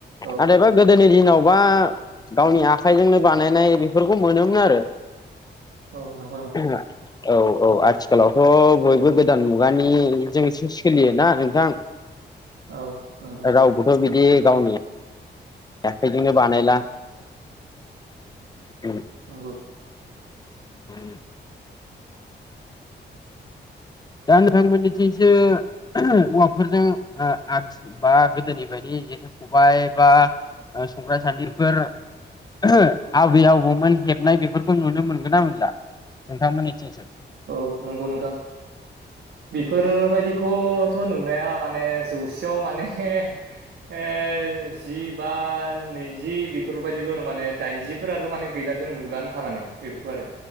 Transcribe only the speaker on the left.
नाथायबा गोदोनि दिनावबा गावनि आखाइजोंनो बानायनाय बेफोरखौ मोनोमोन आरो
<inaudible> औ औ आथिखालावथ' बयबो गोदान मुगानिजोंसो सोलियोना नोंथां
रावबोथ' बिदि गावनि आखाइजोंनो बानायला उम
<inaudible> दा नोंथांमोननिथिंसो औवाफोरजों ओ आगसि बा गोदोनि बायदि जेखाइ खबाइ बा संग्रा सान्दिफोर ओ आबै आबौमोन हेबनाय बेफोरखौ नुनो मोनगोन ना मोनला नोंथांमोननिथिंसो